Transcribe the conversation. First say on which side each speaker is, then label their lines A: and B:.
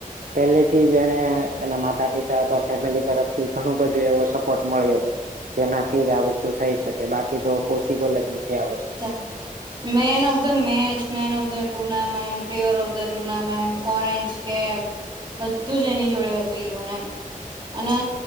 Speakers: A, on the right (about 70°); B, on the right (about 30°).
A: પેહેલે થી જ એણે એના માતા પિતા અથવા ફેમિલી તરફથી ઘણું બધું એવું સ પોર્ટ મળ્યો જેનાથી જ આ વસ્તુ થઈ શકે, બાકી તો પોસિબલ જ નથી આ વસ્તુ.
B: <unintelligible> Main of the match, man of the tournament, player of the tournament, orange cap બધું જ એની જોડે હતું ઈ વ એમ, અને